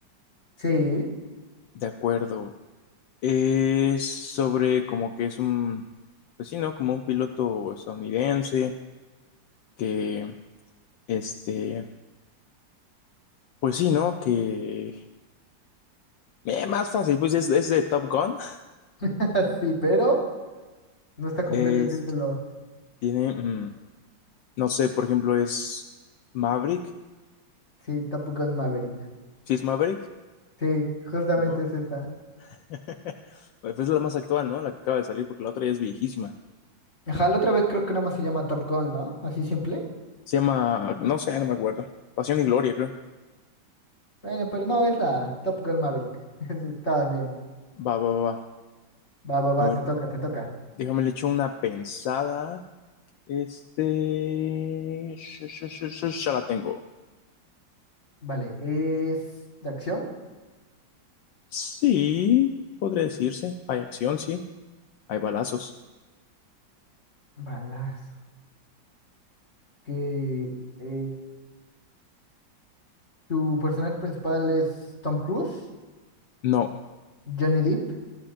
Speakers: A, on the left; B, on the left.
A: sí,
B: De acuerdo. Es sobre como que es un. Pues sí, ¿no? Como un piloto estadounidense que, este, pues sí, ¿no? Que eh, más fácil, pues es, es de Top Gun.
A: <laughs> sí, pero no está completo
B: Es-
A: el título.
B: tiene, mm, no sé, por ejemplo, es Maverick.
A: Sí, Top Gun Maverick.
B: ¿Sí es Maverick?
A: Sí, justamente
B: Bu-
A: es esa.
B: <laughs> Pues es la más actual, ¿no? La que acaba de salir, porque la otra ya es viejísima.
A: Ajá, la otra vez creo que nada más se llama Top Gun, ¿no? Así simple.
B: Se llama, no sé, no me acuerdo. Pasión y Gloria, creo.
A: Bueno, pero no, es la Top Gun Maverick. <laughs> Estabas bien.
B: Va, va, va.
A: Va, va, va,
B: A ver,
A: te toca, te toca.
B: déjame le echo una pensada. Este... sh- sh- sh- sh- Ya la tengo.
A: Vale, ¿es de acción?
B: Sí, podría decirse. Hay acción, sí. Hay balazos.
A: Balazo. Que eh, tu personaje principal es Tom Cruise,
B: No,
A: Johnny Depp,